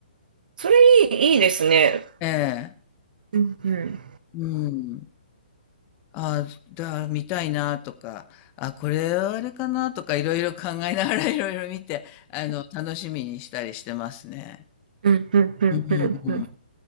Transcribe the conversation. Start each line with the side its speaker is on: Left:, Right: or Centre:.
Right: それいい、いいですね。
Left: ええ。
Right: うんうん。
Left: うん。あだ、見たいなとか、あ、これはあれかなとか、いろいろ考えながらいろいろ見て、あの、楽しみにしたりしてますね。
Right: うんうんうんうんうん。
Left: うん。